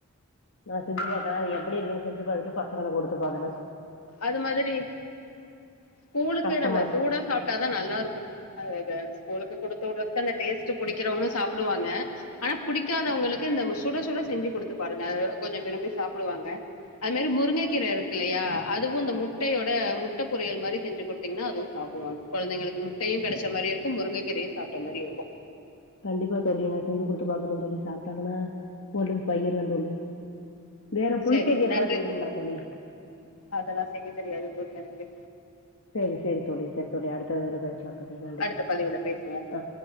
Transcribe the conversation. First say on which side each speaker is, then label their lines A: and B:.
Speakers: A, on the left (about 60°); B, on the left (about 80°).
A: நான் செஞ்சு பாக்கேன் அது எப்படி இருக்குன்னு செஞ்சு பாத்துட்டு பசங்களுக்கு குடுத்து பாக்கேன்
B: அது மாதிரி ஸ்கூலுக்கு
A: கஷ்டமா
B: நம்ம
A: இருக்கு
B: சூடா சாப்பிட்டாதான் நல்லா இருக்கும் அ ஸ்கூலுக்கு குடுத்து விடுறதுக்கு அந்த டேஸ்ட் புடிக்கிறவங்க சாப்டுவாங்க ஆனா புடிக்காதவங்களுக்கு இந்த சுட சுட செஞ்சு கொடுத்து பாருங்க கொஞ்சம் விரும்பி சாப்டுவாங்க அது மாதிரி முருங்கைக்கீரை இருக்கு இல்லையா அதுவும் இந்த முட்டையோட முட்டை பொரியல் மாதிரி செஞ்சு கொடுத்தீங்கன்னா அதுவும் சாப்டுவாங்க குழந்தைங்களுக்கு முட்டையும் கெடைச்ச மாரியும் இருக்கும் முருங்கக்கீரையும் சாப்ட்ட மாரி இருக்கும்
A: கண்டிப்பா தோழி நான் செஞ்சு குடுத்து பாக்கணும் தோழி சாப்ட்டாங்கன்னா குடுத் பழகியறேன் தோழி வேற புளிச்ச
B: சேரி
A: கீரல்லா
B: நன்றி
A: செய்வீங்களா தோழி
B: அதெல்லா செய்ய தெரியாது தோழி எனக்கு
A: சேரி சேரி தோழி சேரி தோழி அடுத்த இதுல பேசலா தோழி நன்றி
B: அடுத்த
A: தோழி
B: பதிவுல பேசுவோ
A: ஆ